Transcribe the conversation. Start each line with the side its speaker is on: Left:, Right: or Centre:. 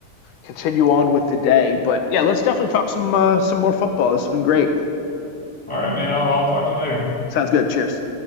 Left: continue on with the day. But yeah, let's definitely talk some uh, some more football. This has been great.
Centre: All right, man. I'll, I'll talk to you later.
Left: Sounds good. Cheers.